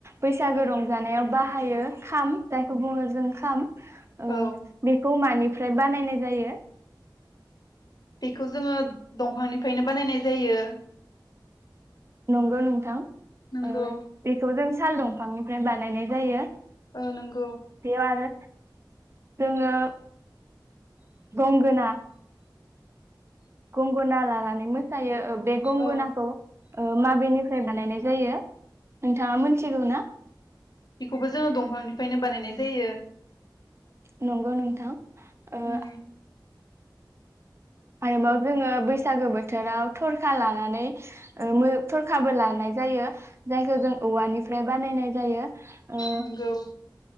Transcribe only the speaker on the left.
औ
बेखौ जोङो दंफांनिफ्रायनो बानायनाय जायो।
नंगौ
ओ नंगौ।
औ
बेखौबो जोङो दंफांनिफ्रायनो बानायनाय जायो।
उम
नंगौ।